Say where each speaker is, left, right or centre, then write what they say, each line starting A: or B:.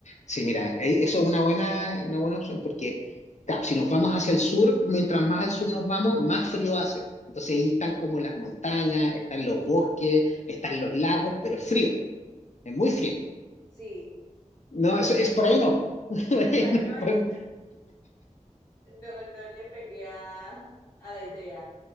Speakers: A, on the left (about 65°); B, on the left (about 25°).
A: Sí, mira, e- eso es una buena, una buena opción porque claro, si nos vamos hacia el sur, mientras más al sur nos vamos, más frío hace. Entonces ahí están como las montañas, están los bosques, están los lagos, pero es frío, es muy frío.
B: Sí,
A: No, eso es por ahí no. <laughs> Por ahí
B: ahí
A: no
B: no
A: podemos.
B: es, no, no le pegué a, a la idea.